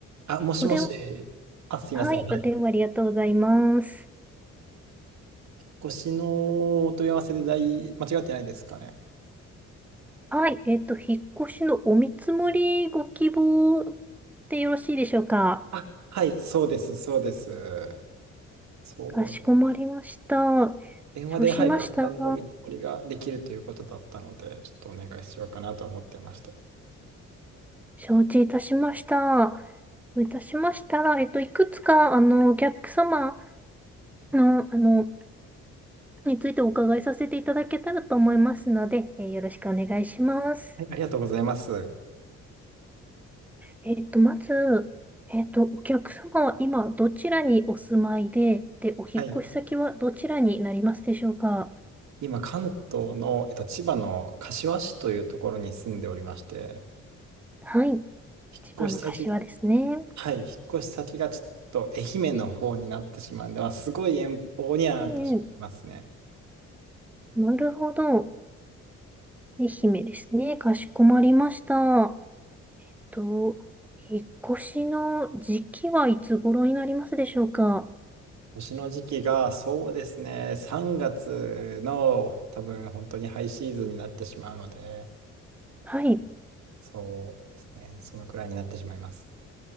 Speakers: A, on the right; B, in the centre.
A: あ、もしもし。
B: お電、
A: あ、すいません。
B: はい、
A: はい。
B: お電話ありがとうございます。
A: ごしのお問い合わせで大、間違ってないですかね。
B: はい、えっと、引っ越しのお見積もりご希望でよろしいでしょうか。
A: あ、はい、そうです、そうです。そうです。
B: かしこまりました。
A: 電話で、
B: そうしましたら、
A: はい、簡単なお見積もりができるということだったので、ちょっとお願いしようかなと思ってまして。は
B: 承知いたしました。そういたしましたら、えっと、いくつか、あの、お客様の、あの、についてお伺いさせていただけたらと思いますので、えーよろしくお願いします。
A: い、ありがとうございます。
B: えっと、まず、えっと、お客様は今どちらにお住まいで、で、お引っ越し先はどちらになりますでしょうか
A: はい。今、関東の、えっと、千葉の柏市というところに住んでおりまして、
B: はい。
A: 引っ越し先、
B: 千葉の柏ですね。
A: はい、引っ越し先がちょっと愛媛の方になってしまうんで、まあ、すごい遠方にはなってしまいますね。
B: ええ、なるほど。愛媛ですね。かしこまりました。と、引っ越しの時期はいつ頃になりますでしょうか
A: 年の時期が、そうですね、3月の多分本当にハイシーズンになってしまうので、
B: はい。
A: そうですね、そのくらいになってしまいます。